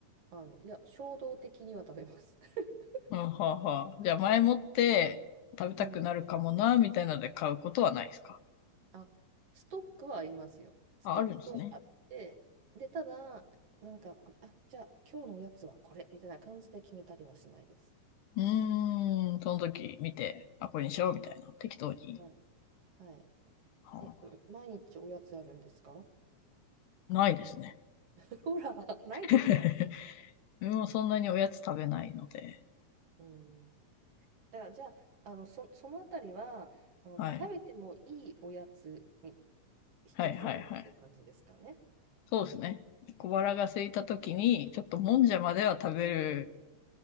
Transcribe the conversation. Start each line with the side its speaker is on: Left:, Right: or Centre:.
Right: あの、いや、衝動的には食べます。<laughs>
Left: うん、はあはあ。じゃあ、前もって食べたくなるかもな、
Right: うん。
Left: みたいなので買うことはないですか
Right: あ、ストックはありますよ。ストックはあって、
Left: あ、あるんですね。
Right: で、ただ、なんか、あ、じゃあ今日のおやつはこれみたいな感じで決めたりはしないです。
Left: うーん、その時見て、あ、これにしようみたいな、
Right: はい。
Left: 適当に。
Right: はい。はい。
Left: はあ
Right: え、う毎日おやつあるんですか
Left: ないですね。
Right: <laughs> ほら、ないでしょ
Left: <laughs> 自分もそんなにおやつ食べないので。
Right: うん。だから、じゃあ、あの、そ、そのあたりは、あの、
Left: はい。
Right: 食べてもいいおやつに一つ選ぶって感じですかね。
Left: はいはいはい。そうですね。
Right: うん。
Left: 小腹が空いた時に、
Right: うん。
Left: ちょっともんじゃまでは食べる